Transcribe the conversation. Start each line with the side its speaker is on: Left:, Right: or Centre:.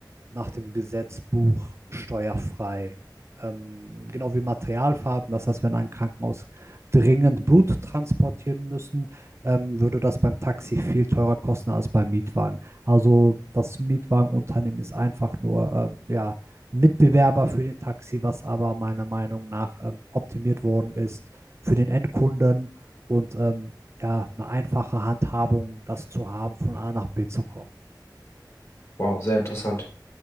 Right: nach dem Gesetzbuch steuerfrei. Ähm, genau wie Materialfarben. Das heißt, wenn ein Krankenhaus dringend Blut transportieren müssen, ähm, würde das beim Taxi viel teurer kosten als beim Mietwagen. Also das Mietwagenunternehmen ist einfach nur äh, ja, Mitbewerber für den Taxi, was aber meiner Meinung nach ähm, optimiert worden ist für den Endkunden und ähm, ja, eine einfache Handhabung, das zu haben, von A nach B zu kommen.
Left: Wow, sehr interessant.